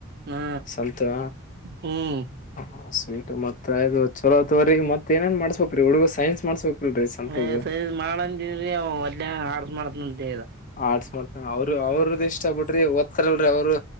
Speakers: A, on the right (about 50°); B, on the left (about 40°).
A: ಹ್ಮ
B: ಸಂತು
A: ಹ್ಮ್ <inaudible>
B: ಹ ಸ್ವೀಟ್ ಮತ್ತೆ ಅ್ ಚಲೋ ಅತ್ವ್ರೀ ಮತ್ತೇಏನೇನ್ ಮಾಡಸ್ಬೇಕ್ರೀಿ ಹುಡುಗು ಸೈನ್ಸ್ ಮಾಡಸ್ಬೇಕಿಲ್ರರಿ ಸಂತ <inaudible>
A: ಏ ಸರಿ ಮಾಡಂತನ್್ರೀ ಅವ ಒಲ್ಲೆ ಆರ್ಸ್ ಮಾಡತ ಅಂತ <inaudible>
B: ಆಟ್ಸ್ ಮಾಡ್ತಂಗ ಅವರು ಅವ್ರದ ಇಷ್ಟ ಬಿಡ್ರಿ ಒದ್ತಾರಲ್ರರಿ ಅವ್ರು